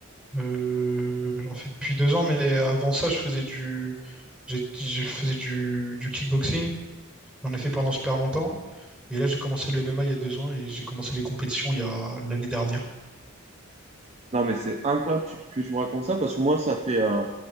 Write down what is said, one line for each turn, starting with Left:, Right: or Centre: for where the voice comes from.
Centre: euh, j'en fais depuis deux ans, mais avant ça, je faisais du, j'ai- je faisais du, du kickboxing. J'en ai fait pendant super longtemps. Et là, j'ai commencé le MMA il y a deux ans et j'ai commencé les compétitions il y a l'année dernière.
Right: Non, mais c'est incroyable tu- que tu me racontes ça parce que moi, ça fait euh,